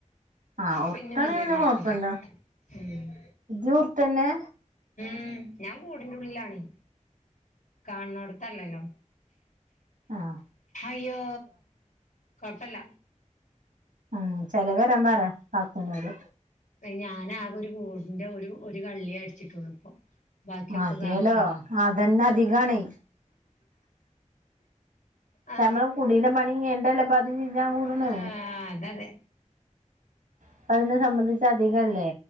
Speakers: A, on the right; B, on the left.
A: ആഹ്
B: അപ്പൊ
A: ഉർട്ടാണെ
B: പിന്നെ വല്ല്യ കുഴപ്പല്ല
A: കൊഴപ്പല്ല
B: ഉം
A: ഇജ്ജ് ഉർട്ടന്നെ
B: ഉം ഞാൻ കൂടിന്റെ ഉള്ളിലാണേ കാണണോടത്തല്ലല്ലോ
A: ആഹ
B: അയ്യോ കുഴപ്പല്ല
A: ഉം ചെലവ് തെരാൻ പറ കാക്കുനോട്
B: ഞാൻ ആകെ ഒരു കൂടിന്റെ ഒരു ഒരു കള്ളിയേ അടിച്ചിട്ടുള്ളൂ ഇപ്പൊ ബാക്കിയൊക്കെ
A: മതിയല്ലോ
B: കാക്കുവ
A: അതന്നെ അധികാണേ
B: ആ
A: നമ്മള് കുടീലെ പണി കഴിഞ്ഞിട്ടല്ലേ ഇപ്പ അത് ചെയ്യാൻ കൂടണ്
B: ആഹ അത അതെ
A: അപ്പ അതിനെ സംബന്ധിച്ച് അധികംല്ലേ